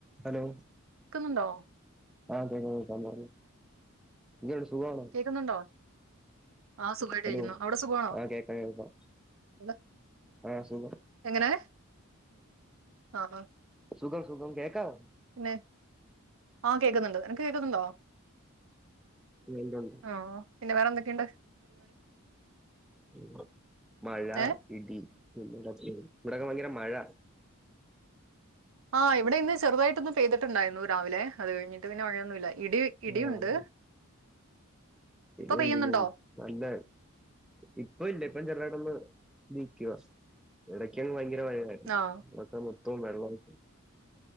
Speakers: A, in the centre; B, on the right.
A: Hello
B: കേൾക്കുന്നുണ്ടോ
A: ആഹ് കേൾക്കാം കേൾക്കാം പറഞ്ഞോ എങ്ങനുണ്ട് സുഖാണോ
B: കേൾക്കുന്നുണ്ടോ ആഹ് സുഖമായിട്ട്
A: ഹലോ
B: ഇരിക്കുന്നു അവിടെ സുഖമാണോ
A: ആഹ് കേക്കാം കേക്കാം
B: <unintelligible>
A: ആഹ് സുഖം
B: എങ്ങനെ ആഹ് ആഹ്
A: സുഖം സുഖം കേൾക്കാവോ
B: പിന്നെ ആഹ് കേൾക്കുന്നുണ്ട് നിനക്ക് കേക്കുന്നുണ്ടോ
A: ന്റെയൊണ്ട്
B: ആഹ് പിന്നെ വേറെന്തൊക്കെയുണ്ട്
A: <inaudible> മഴ
B: ഏഹ്
A: ഇടി <inaudible> ഇവിടൊക്കെ ഭയങ്കര മഴ
B: ആഹ് ഇവിടെ ഇന്ന് ചെറുതായിട്ടൊന്ന് പെയ്തിട്ടുണ്ടായിരുന്നു രാവിലെ അത് കഴിഞ്ഞിട്ട് പിന്നെ മഴയൊന്നുമില്ല ഇടി ഇടിയുണ്ട്.
A: ആഹ്
B: ഇപ്പൊ
A: ഇടിയുണ്ട്
B: പെയ്യുന്നുണ്ടോ
A: ഇടിയുണ്ട് നല്ല ഇപ്പ ഇല്ല ഇപ്പം ചെറായിട്ടൊന്ന് <unintelligible> ഇടയ്ക്കും ഭയങ്കര മഴയുണ്ടായി
B: ആഹ്
A: <unintelligible> മൊത്തം ഉം വെള്ള ഉം